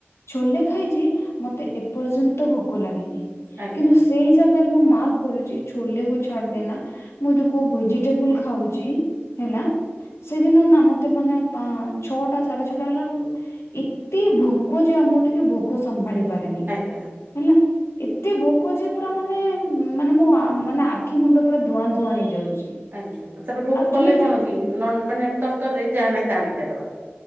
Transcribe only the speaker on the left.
ଚୋଲେ ଖାଇଛି ମତେ ଏପର୍ଯ୍ୟନ୍ତ ଭୋକ ଲାଗିନି
କିନ୍ତୁ
ସେଇ ଜାଗା ମୁଁ ମାର୍କ କରୁଛି। ଛୋଲେ କୁ ଛାଡିଦେନା ମୁଁ ଯଦି କଉ ଭୋଜିଟେବୁଲ ଖାଉଛି। ଜି ହେଲା ସେଦିନ ନା ମତେ ମାନେ ଛଅଟା ସାଢେ ଛଅଟା ହେଲା ବେଳକୁ ଏତେ ଭୋକ ଯେ ଆ ମୁଁ ଟିକେ ଭୋକ ସମ୍ଭାଳି ପାରେନି
ହେଲା। ଏତେ ଭୋକ ଯେ ପୁରା ମାନେ ମାନେ ମୋ ଆ ମାନେ ଆଖି ମୁଣ୍ଡ ପୁରା ଧୂଆଁ ଧୂଆଁ ହେଇଯାଉଛି।
ଆକ୍ଚୁଆଲି
ଯେ